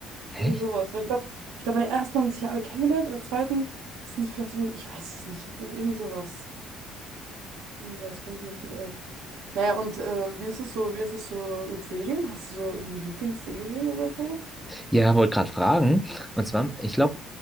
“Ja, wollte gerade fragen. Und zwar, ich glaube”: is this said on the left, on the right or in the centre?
Centre